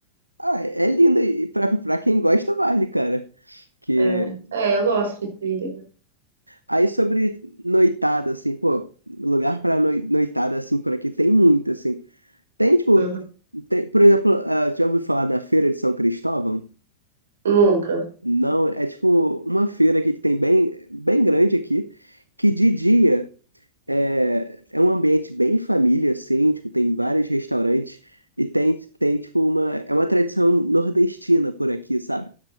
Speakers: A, on the right; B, on the right.
A: Ah, é linda e pra, pra quem gosta, vale, cara que
B: É, é eu gosto de trilha.
A: Aí sobre noitada, assim, pô, lugar pra noi- noitada, assim, por aqui tem muito, assim. Tem, tipo,
B: Uhum.
A: tem- por exemplo, ah, já ouviu falar da Feira de São Cristóvão?
B: Nunca.
A: Não, é tipo uma feira aqui que tem bem, bem grande aqui, que de dia é, é um ambiente bem família, assim, tipo, tem vários restaurantes e tem, tem tipo, uma, é uma tradição nordestina por aqui, sabe?